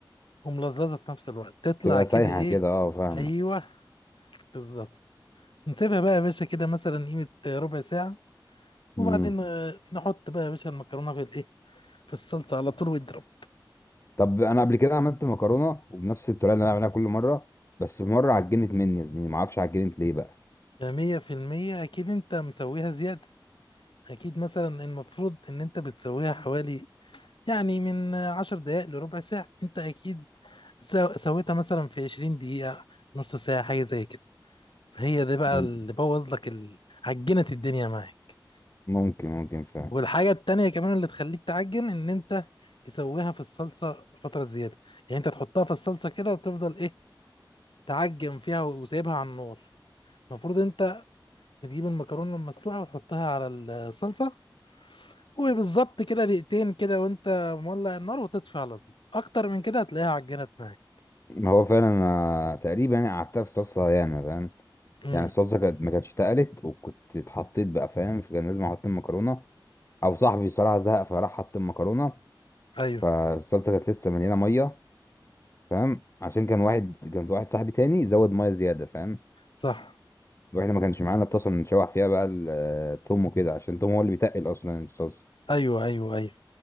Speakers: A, on the left (about 80°); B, on the left (about 35°).
A: وملززه في نفس الوقت تطلع
B: تبقى
A: كده
B: سايحة
A: ايه
B: كده اه فاهمك
A: ايوه بالظبط نسيبها بقى يا باشا كده مثلا قيمه ربع ساعه وبعدين
B: مم.
A: آه، نحط بقى يا باشا المكرونه في الايه في الصلصه على طول واضرب
B: طب انا قبل كده عملت مكرونه وبنفس الطريقه اللي انا بعملها كل مره بس مره عجنت مني يا زميلي ما اعرفش عجنت ليه بقى
A: ده 100% اكيد انت مسويها زياده اكيد مثلا المفروض ان انت بتسويها حوالي يعني من عشر دقائق لربع ساعة انت اكيد سو- سويتها مثلا في عشرين دقيقة نص ساعة حاجة زي كده هي دي بقى
B: مم.
A: اللي بوظ لك ال... عجنت الدنيا معاك
B: ممكن ممكن فعلا
A: والحاجة التانية كمان اللي تخليك تعجن ان انت تسويها في الصلصة فترة زيادة يعني انت تحطها في الصلصة كده وتفضل ايه تعجن فيها وسايبها على النار المفروض انت بتجيب المكرونة المسلوقة وتحطها على الصلصة وبالظبط كده دقيقتين كده وانت مولع النار وتطفي على طول اكتر من كده هتلاقيها عجنت معاك
B: ما هو فعلا انا تقريبا يعني قعدتها في صلصه ياما فاهم
A: امم
B: يعني الصلصه كانت ما كانتش اتقلت وكنت اتحطيت بقى فاهم فكان لازم احط المكرونه او صاحبي صراحه زهق فراح حط المكرونه
A: ايوه
B: فالصلصه كانت لسه مليانه ميه فاهم عشان كان واحد كان واحد صاحبي تاني زود ميه زياده فاهم
A: صح
B: واحنا ما كانش معانا اتصل نشوح فيها بقى التوم وكده عشان التوم هو اللي بيتقل اصلا الصلصه
A: ايوه ايوه ايوه